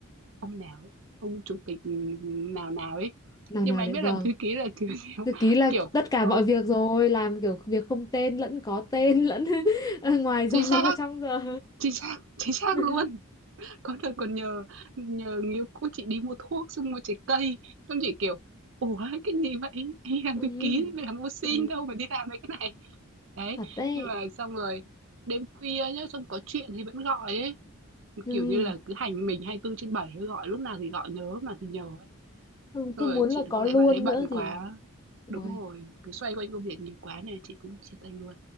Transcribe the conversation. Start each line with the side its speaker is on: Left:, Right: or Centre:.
Right: ông nào ấy, ông chủ tịch nào nào ấy.
Left: nào
Right: Nhưng
Left: nào
Right: mà
Left: đấy
Right: anh biết
Left: vâng.
Right: làm thư ký là kiểu <laughs> kiểu,
Left: Thực ký là
Right: kiểu
Left: tất cả
Right: ừ,
Left: mọi việc rồi, làm kiểu việc không tên lẫn có tên lẫn <laughs> ở ngoài giờ
Right: chính xác,
Left: và trong giờ.
Right: chính xác, chính xác
Left: <laughs>
Right: luôn. Có đợt còn nhờ nhờ người yêu cũ chị đi mua thuốc, xong mua trái cây, xong chị, kiểu, "Ủa, cái gì vậy? Đi làm
Left: Ừ.
Right: thư ký đi, phải làm ô sin
Left: Ê,
Right: đâu mà đi làm mấy cái này." Đấy,
Left: thật đấy.
Right: nhưng mà xong rồi đêm khuya nhá, xong có chuyện thì vẫn gọi ấy,
Left: Ừ.
Right: kiểu như là, cứ hành mình 24 trên bảy gọi lúc nào thì gọi, nhớ lúc nào thì nhớ ấy.
Left: Không,
Right: Xong
Left: cứ
Right: rồi
Left: muốn
Right: chị
Left: là có
Right: cũng
Left: luôn
Right: thấy bạn ấy bận
Left: nữa
Right: quá
Left: thì Uầy,
Right: đúng rồi, cứ xoay quanh công việc nhiều quá này chị cũng chia tay luôn,